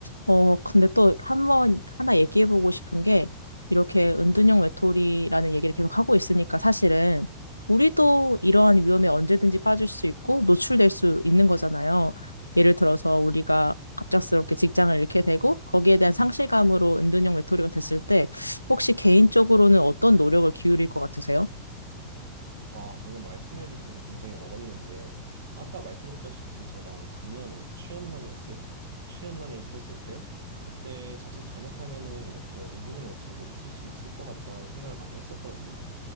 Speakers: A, on the left; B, on the right.
A: 어, 근데 또 한 번, 하나 얘기해보고 싶은 게, 이렇게 은둔형 외톨이라는 얘기를 계속 하고 있으니까 사실은, 우리도 이러한 위험에 언제든지 빠질 수 있고, 노출될 수 있는 거잖아요. 예를 들어서 우리가 갑작스럽게 직장을 잃게 되고, 거기에 대한 상실감으로 은둔형 외톨이가 됐을 때, 혹시 개인적으로는 어떤 노력을 기울일 것 같으세요?
B: 아, 방금 말씀해 주신 게 굉장히 와닿는 게 아까 말씀드렸다시피 제가 작년에 취업난이었을 취업난에 있었을 때 그때 자칫 잘못하면은 이렇게 은둔형 외톨이로 있을 수 있을 것 같다는 생각을 많이 했었거든요.